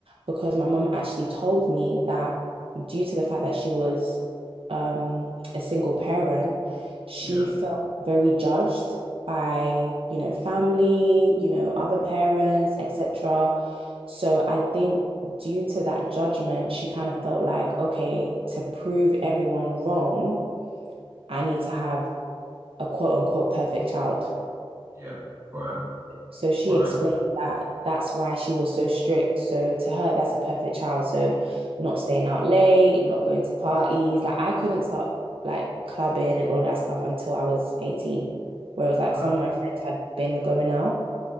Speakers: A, on the right; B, on the right.
A: because my mum actually told me that due to the fact that she was um, a single parent, she
B: Yeah.
A: felt very judged by, you know, family, you know, other parents, etc. So I think due to that judgment, she kind of felt like, okay, to prove everyone wrong, I need to have a quote unquote perfect child.
B: Yeah. Right.
A: So she
B: Right.
A: explained that that's why she was so strict. So to her, that's a perfect child. So not staying out late, not going to parties. Like I couldn't start like clubbing and all that stuff until I was 18. Whereas like
B: Right.
A: some of my friends had been going out.